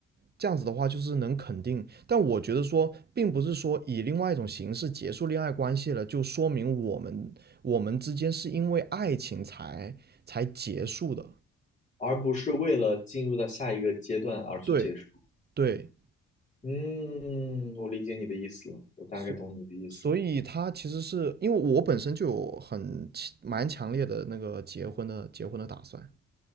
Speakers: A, on the right; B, on the left.
A: 这样子的话，就是能肯定，但我觉得说，并不是说以另外一种形式结束恋爱关系了，就说明我们我们之间是因为爱情才才结束的。
B: 而不是为了进入到下一个阶段而去结束。
A: 对对，
B: 嗯，我理解你的意思了，我大概懂你的意思了。
A: 所所以他其实是因为我本身就有很强蛮强烈的那个结婚的结婚的打算，